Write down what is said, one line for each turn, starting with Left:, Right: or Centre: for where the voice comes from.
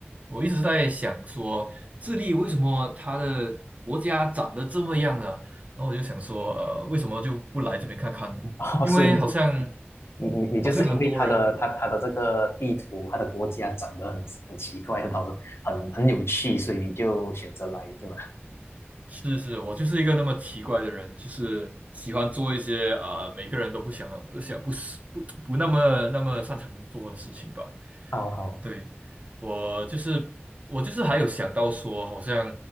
Right: 我一直在想说，智利为什么它的国家长得这么样呢？然后我就想说，呃，为什么就不来这边看看？呢？
Left: <laughs> 哦，
Right: 因为好像
Left: 所以你是你你你就是因为它的它它的这个地图，
Right: 好像很多人。
Left: 它的国家长得很很奇怪，很好，很很有趣，所以你就选择来，对吧？
Right: 是是，我就是一个那么奇怪的人，就是喜欢做一些呃每个人都不想不想不是不不那么那么擅长做的事情吧。
Left: 好好。
Right: 对，我就是我就是还有想到说，好像